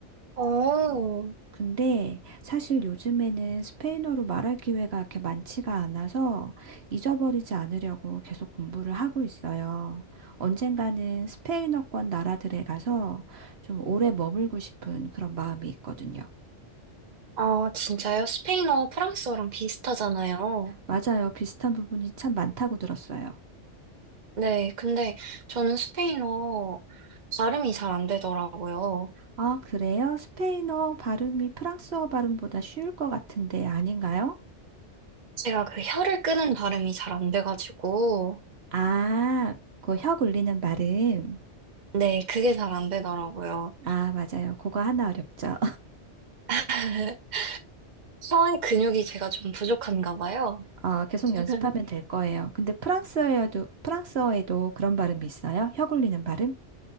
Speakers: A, on the right; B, on the right.
A: 어,
B: 어, 근데 사실 요즘에는 스페인어로 말할 기회가 그렇게 많지가 않아서 잊어버리지 않으려고 계속 공부를 하고 있어요. 언젠가는 스페인어권 나라들에 가서 좀 오래 머물고 싶은 그런 마음이 있거든요.
A: 아, 진짜요? 스페인어, 프랑스어랑 비슷하잖아요.
B: 맞아요. 비슷한 부분이 참 많다고 들었어요.
A: 네, 근데 저는 스페인어 발음이 잘 안 되더라고요.
B: 아, 그래요? 스페인어 발음이 프랑스어 발음보다 쉬울 것 같은데 아닌가요?
A: 제가 그 혀를 끄는 발음이 잘 안 돼가지고,
B: 아, 그 혀 굴리는 발음.
A: 네, 그게 잘 안 되더라고요.
B: 아, 맞아요. 그거 하나 어렵죠.
A: <laughs> 혀의 근육이 제가 좀 부족한가 봐요.
B: 어, 계속
A: <laughs>
B: 연습하면 될 거예요. 근데 프랑스어에도, 프랑스어에도 그런 발음이 있어요? 혀 굴리는 발음?